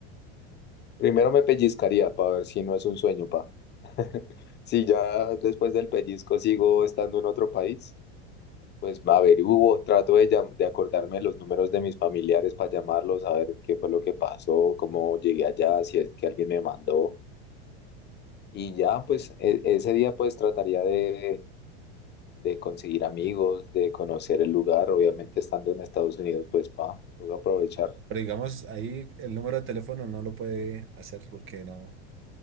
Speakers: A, on the left; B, on the right.
A: Primero me pellizcaría para ver si no es un sueño, pa. <laughs> Si ya después del pellizco sigo estando en otro país, pues a ver, hubo trato de, llam- de acordarme los números de mis familiares para llamarlos, a ver qué fue lo que pasó, cómo llegué allá, si es que alguien me mandó. Y ya, pues e- ese día pues trataría de de conseguir amigos, de conocer el lugar, obviamente estando en Estados Unidos, pues pa, tengo que aprovechar.
B: Pero digamos, ahí el número de teléfono no lo puede hacer porque no,